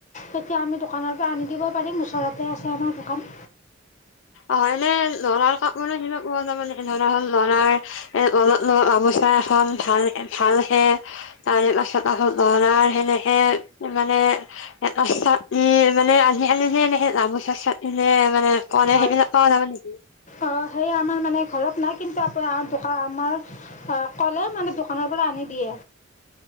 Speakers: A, on the left; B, on the left.
A: তেতিয়া আমি দোকানৰ পৰা আনি দিব পাৰিম, ওচৰতে আছে আমাৰ দোকান।
B: অ এনে লৰাৰ কাপান স পোৱা য মানে লৰা হল লৰাৰ এ ঘলত গামোচা এখন ভাল ভাল হে তাৰে পাছত আহ লৰাৰ সেনেকে মানে এটা ছাতি মানে আজিকালি যে এনেকে গামোচাৰ চাটিলয় মানে কৰে
A: হয়।
B: সেইবিলাক পোৱা যাব নেকি
A: অ' সেই আমাৰ অ' মানে ঘৰত নায় কিন্তু আমাৰ কলে মানে দোকানৰ পৰা আনি দিয়ে।